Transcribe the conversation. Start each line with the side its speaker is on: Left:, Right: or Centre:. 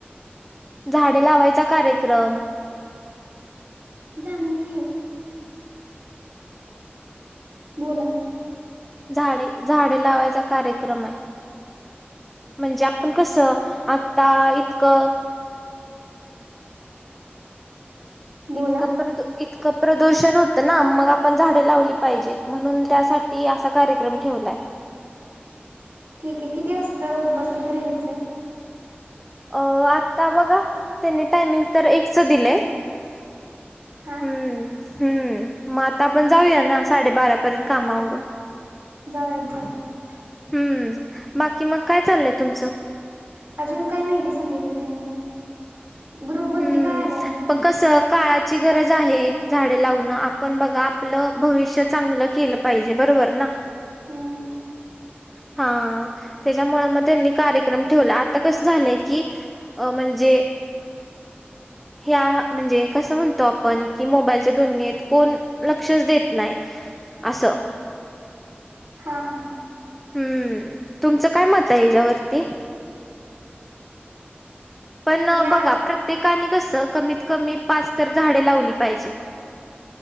Centre: झाडे लावायचा कार्यक्रम
Right: जाण घी बला
Centre: झाडे झाडे लावायचा कार्यक्रम आहे म्हणजे आपण कसं आता इतकं
Right: बोला
Centre: इतक प्रधु इतकं प्रदूषण होतं ना मग आपण झाडें लावली पाहिजेत म्हणून त्यासाठी असा कार्यक्रम ठेवलाय
Right: ठीक आहे किती वाजता उपस्थित राहायचं हाय
Centre: अ आत्ता बघा त्यांनी टायमिंग तर एकच दिलंय
Right: हा
Centre: हम्म हम्मृ आता आपण जाऊया ना साडेबारापर्यंत कामावरून
Right: जावुयात जावुयात.
Centre: हम्म बाकी मग काय चाललंय तुमचं
Right: अजून काय माहिती सांगितली त्यांनी ग्रुप वरती
Centre: हम्म
Right: काय आलंय नक्की
Centre: पण कसं काळाची गरज आहे झाडे लावणं आपण बघा आपलं भविष्य चांगलं केलं पाहिजे बरोबर ना
Right: हम्म
Centre: हा त्याच्यामुळे मग त्यांनी कार्यक्रम ठेवला आता कसं झालंय की अ म्हणजे ह्या म्हणजे कसं म्हणतो आपण की मोबाईलच्या दुनित कोण लक्षच देत नाही असं
Right: हा हा हा
Centre: हम्म तुमचं काय मत आहे याच्यावरती पण
Right: या
Centre: बघा प्रत्येकाने कसं कमीत कमी पाच तर झाडे लावली पाहिजेत